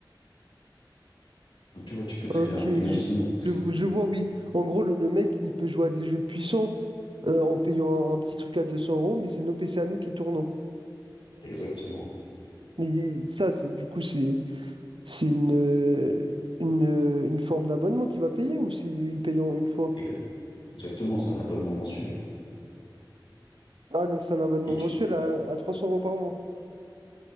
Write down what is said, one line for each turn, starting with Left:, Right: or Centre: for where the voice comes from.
Left: Donc tu vois, tu peux très
Right: Ok,
Left: bien,
Right: je,
Left: imaginons
Right: je, vo- je vois, oui. En gros, le, le mec, il peut jouer à des jeux puissants euh, en payant un, un petit truc à 200 euros, mais c'est nos PC à nous qui tournent.
Left: exactement,
Right: Mais il- ça, c'est du coup, c'est c'est une, euh, une, euh, une forme d'abonnement qu'il va payer ou c'est il paye en une fois?
Left: ex- exactement, c'est un abonnement mensuel.
Right: Ah, donc c'est un abonnement
Left: Et
Right: mensuel
Left: tu,
Right: à, à 300 euros par mois.